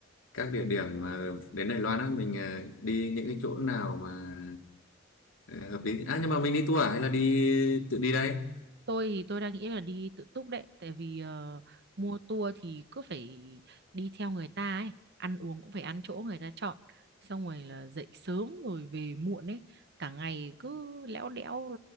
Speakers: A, on the left (about 80°); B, on the right (about 55°).
A: các địa điểm mà đến Đài Loan á mình uh, đi những cái chỗ nào mà uh, hợp lý à nhưng mà mình đi tour à hay là đi tự đi đây
B: tôi thì tôi đang nghĩ là đi tự túc đấy tại vì ờ, mua tour thì cứ phải đi theo người ta ấy ăn uống cũng phải ăn chỗ người ta chọn xong rồi là dậy sớm rồi về muộn ấy cả ngày cứ lẽo đẽo